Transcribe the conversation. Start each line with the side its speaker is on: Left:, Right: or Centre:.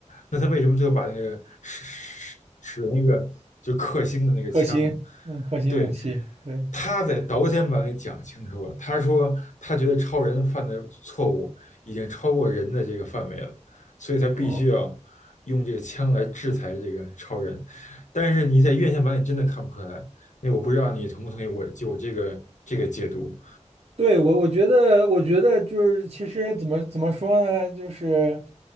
Left: 那他为什么最后把那个使使使那个就克星的那个枪啊
Right: 克星，嗯，克星武器，
Left: 对，
Right: 对，
Left: 他在导演版里讲清楚了，他说他觉得超人犯的错误已经超过人的这个范围了，所以他必须要用这个枪来制裁这个超人。
Right: 嗯。嗯
Left: 但是你在院线版里真的看不出来，那我不知道你同不同意我就我这个这个解读。
Right: 对，我我觉得，我觉得就是，其实怎么怎么说呢，就是，